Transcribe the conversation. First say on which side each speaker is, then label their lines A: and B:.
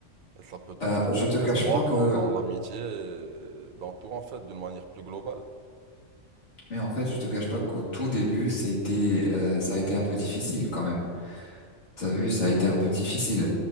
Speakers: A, on the right; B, on the left.
A: Et ça peut te
B: Euh,
A: faire
B: je
A: perdre
B: te cache
A: espoir
B: pas que,
A: dans, dans l'amitié, et dans tout en fait, d'une manière plus globale.
B: mais en fait, je te cache pas qu'au tout début, c'était, euh, ça a été un peu difficile quand même. T'as vu, ça a été un peu difficile.